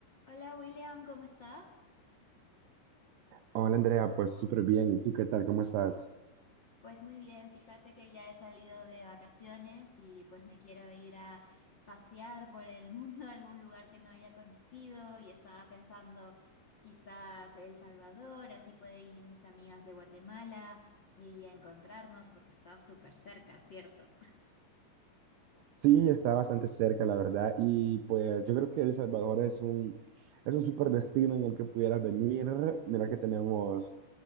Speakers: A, on the left (about 55°); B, on the right (about 85°).
A: Hola William, ¿cómo estás?
B: Hola Andrea, pues súper bien. ¿Y tú qué tal? ¿Cómo estás?
A: Pues muy bien, fíjate que ya he salido de vacaciones y pues me quiero ir a pasear por el mundo <laughs> a algún lugar que no haya conocido y estaba pensando quizás El Salvador, así pueden ir mis amigas de Guatemala y encontrarnos porque está súper cerca, ¿cierto?
B: Sí, está bastante cerca, la verdad. Y pues yo creo que El Salvador es un, es un súper destino en el que pudieras venir. Mira que tenemos